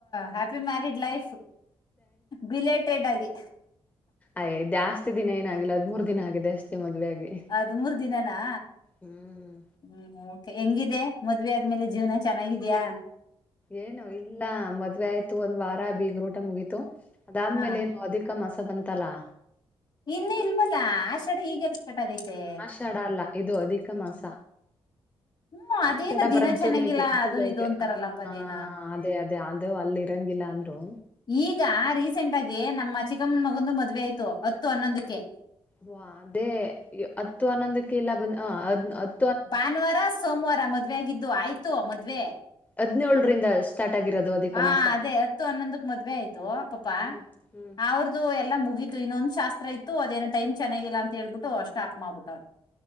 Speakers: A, on the left; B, on the left.
A: ಹ್ಯಾಪಿ ಮ್ಯಾರಿೀಡ್ ಲೈಫ್ ಬಿಲೇಟೆಡ್ ಆಗಿ
B: ಅಯ ಜಾಸ್ತಿ ದಿನ ಏನಾಗಿಲ್ಲ ಎರ್ಡ್ ಮೂರ್ ದಿನ ಆಗಿದೆ ಅಷ್ಟೇ ಮದುವೆ ಆಗಿ
A: ಹದಿಮೂರ್ ದಿನನಾ
B: ಹ್ಮ್
A: ಹ್ಮ್ ಓಕೆ ಹೆಂಗಿದೆ ಮದುವೆ ಆದ್ಮೇಲೆ ಜೀವನ ಚೆನ್ನಾಗಿದ್ಯಾಾ
B: ಏನು ಇಲ್ಲ ಮದ್ವೆ ಆಯ್ತು ಒಂದ್ ವಾರ ಬಿಗ್ರು ಊಟ ಮುಗೀತು ಅದಾದ್ಮೇಲೆ
A: ಹಾ
B: ಏನು ಅಧಿಕ ಮಸ ಬಂತಲ್ಲಾ
A: ಇನ್ನ ಇಲ್ವಲ್ಲಾ ಆಷಡ ಇಗೆಲ್ ಸ್ಟಾರ್ಟ್ ಆಗೈತೆ
B: ಆಷಾಡಾ ಅಲ್ಲ ಇದು ಅಧಿಕ ಮಾಸ
A: ಹ್ಮ್ ಅದೇನ
B: ಆಷಡ ಬರದ್
A: ದಿನ ಚೆನ್ನಾಗಿಲ್ಲ
B: ಜುಲೈಗೆ ಜುಲೈಗೆ
A: ಅದು ಇದು ಅಂತಾರಲ್ಲಪ್ಪ
B: ಆ
A: ಅದೇನ
B: ಅದೇ ಅದೇ ಅದು ಅಲ್ಲಿ ಇರಂಗಿಲ್ಲ ಅಂದ ಹಲೋ
A: ಈಗ ರೀಸೆಂಟ್ ಆಗಿ ನಮ್ಮ ಚಿಕ್ಕಮ್ಮನ ಮಗಂದು ಮದುವೆ ಆಯ್ತು ಹತ್ತು ಹನ್ನೊಂದಕ್ಕೆ
B: ಹ ಅದೇ ಹತ್ತು ಹನ್ನೊಂದಕ್ಕೆ ಇಲ್ಲ ಬಂದ ಅದ್
A: ಭಾನುವಾರ ಸೋಮವಾರ ಮದ್ವೆ ಆಗಿದ್ದು ಆಯ್ತು ಮದ್ವೆ
B: ಹಾದ್ನೇಲ್ರಿಂದ ಸ್ಟಾರ್ಟ್ ಆಗಿರೋದು ಅಧಿಕ
A: ಹಾ
B: ಮಾಸ
A: ಅದೇ ಹತ್ತು ಹನ್ನೊಂದಕ್ ಮದ್ವೆ ಆಯ್ತು ಅ ಪಪ
B: ಹ್ಮ್ ಹ್ಮ್
A: ಅವರು ಅವರ್ದು ಎಲ್ಲ ಮುಗಿತು ಇನ್ನೊಂದ ಶಾಸ್ತ್ರ ಇತ್ತು ಅದೇನ ಟೈಮ್ ಚೆನ್ನಾಗಿಲ್ಲ ಅಂತ ಹೇಳ್ಬಿಟ್ಟು ಸ್ಟಾಪ್ ಮಾಡ್ಬಿಟ್ಟವ್ರೆ